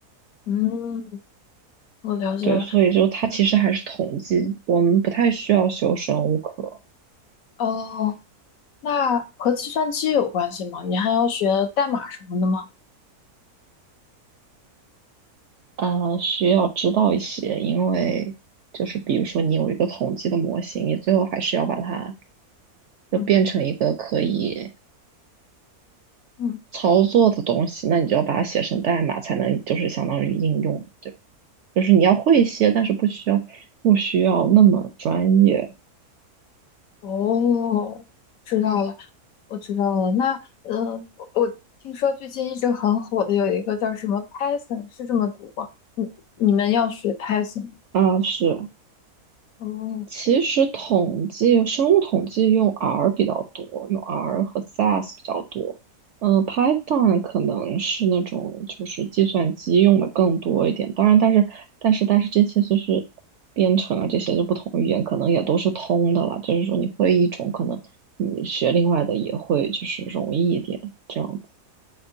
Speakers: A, on the left (about 70°); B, on the right (about 65°).
A: 嗯，我了解了。
B: 对，所以就它其实还是统计，我们不太需要修生物课。
A: 哦，那和计算机有关系吗？你还要学代码什么的吗？
B: 呃，需要知道一些，因为就是比如说你有一个统计的模型，你最后还是要把它就变成一个可以
A: 嗯嗯，
B: 操作的东西，那你就要把它写成代码，才能就是相当于应用，对，就是你要会一些，但是不需要不需要那么专业
A: 哦，知道了，我知道了。那呃，我我听说最近一直很火的有一个叫什么 Python，是这么读吗？你你们要学 Python？吗
B: 啊，是。
A: 哦
B: 其实统计生物统计用 R 比较多，用 R 和 SAS 比较多。嗯，Python 可能是那种就是计算机用的更多一点。当然，但是但是但是这些就是编程啊，这些就不同语言可能也都是通的了。就是说你会一种，可能你学另外的也会就是容易一点这样子。